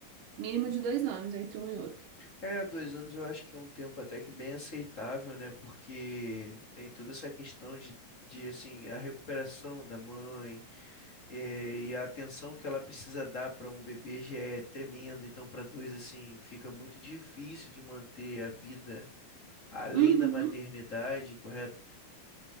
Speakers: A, on the right; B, on the left.
A: mínimo de dois anos entre um e outro.
B: É, dois anos eu acho que é um tempo até que bem aceitável, né? Porque tem toda essa questão de, de assim, a recuperação da mãe eh, e a atenção que ela precisa dar para um bebê já é tremenda. Então, para dois, assim, fica muito difícil de manter a vida além
A: Uhum.
B: da maternidade, correto?